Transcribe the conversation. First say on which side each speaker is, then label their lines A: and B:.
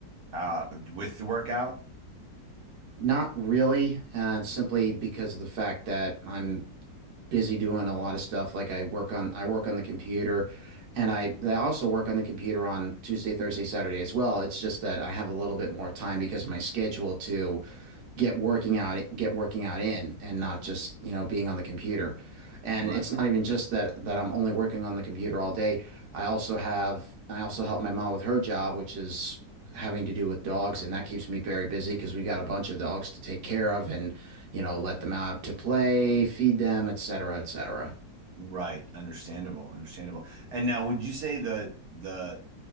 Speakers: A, on the right; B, on the right.
A: uh with the workout?
B: Not really, uh, simply because of the fact that I'm busy doing a lot of stuff. Like I work on I work on the computer and I I also work on the computer on Tuesday, Thursday, Saturday as well. It's just that I have a little bit more time because of my schedule to get working out get working out in and not just you know being on the computer and
A: Right.
B: it's not even just that that I'm only working on the computer all day I also have I also help my mom with her job which is having to do with dogs and that keeps me very busy because we got a bunch of dogs to take care of and you know let them out to play feed them etc cetera, etc cetera.
A: Right. Understandable. Understandable. And now, would you say the the